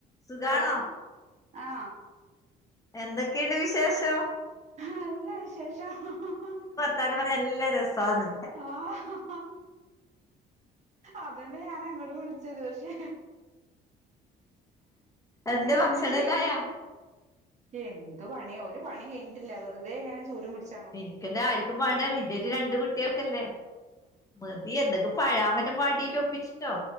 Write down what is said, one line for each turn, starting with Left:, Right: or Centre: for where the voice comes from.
Left: സുഖാണോ
Right: Hello ആഹ്
Left: എന്തൊക്കെയുണ്ട് വിശേഷം?
Right: നല്ല വിശേഷം ഹ ഹ ഹ
Left: കഥ പറയാൻ നല്ലരസാണ്
Right: ആഹ് അതന്നെ ഞാൻ അങ്ങോട്ട് വിളിച്ചത് പക്ഷെ
Left: എന്തെ ഭക്ഷണല്ലായോ?
Right: എന്താ ചെയ്യണേ എന്ത് പണിയ ഒരു പണി കഴിഞ്ഞിട്ടില്ല. വെറുതെ ഇങ്ങനെ ചൂലും പിട്ച്ച്
Left: <unintelligible> ആർക്കും വേണ്ട <unintelligible> ഒര് രണ്ട് കുട്ടിയേൾക്കല്ലേ, മതി എന്തൊക്കെ പഴാമറ്റം വാട്ടീറ്റ് ഒപ്പിച്ചല്ലോ.